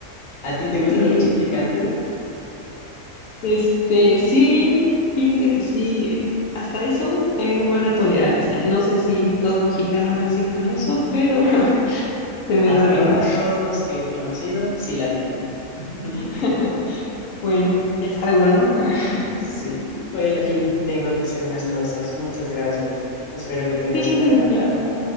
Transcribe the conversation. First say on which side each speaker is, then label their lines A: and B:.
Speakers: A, on the left; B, on the left.
A: ¿A ti
B: <laughs>
A: te gusta
B: sí.
A: mucho el picante?
B: Este, sí, fíjate que sí, hasta eso tengo buena tolerancia. No sé si todo mexicano nace con eso, pero <laughs> se me
A: Hasta
B: da bien.
A: ahora todos los que he conocido sí la tienen. <laughs>
B: <laughs> Bueno, ya salgo, ¿no? <laughs>
A: Sí. Bueno, Jimmy, tengo que hacer unas cosas. Muchas gracias. Espero que tengas
B: Sí,
A: una
B: de
A: buena
B: que
A: tarde.